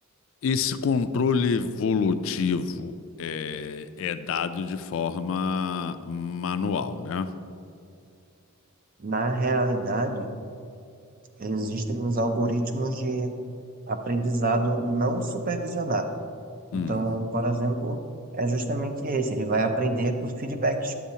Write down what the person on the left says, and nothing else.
Esse controle evolutivo é, é dado de forma manual, né?
Hum.